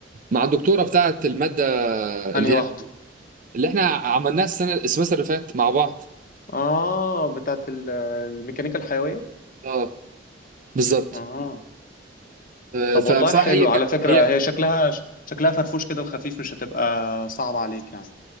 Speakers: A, on the right (about 45°); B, on the left (about 50°).
A: مع الدكتوره بتاعه الماده
B: انهي
A: اللي
B: واحدة
A: هي اللي احنا عملناها السنه السمستر اللي فات مع بعض
B: اه بتاعت ال- الميكانيكا الحيوية
A: اه بالظبط
B: اه
A: آه،
B: طب
A: فبصراحه
B: والله حلو
A: هي ك...
B: على فكرة
A: هي
B: هي شكلها شكلها فرفوش كده وخفيف مش هتبقى صعبة عليك يعني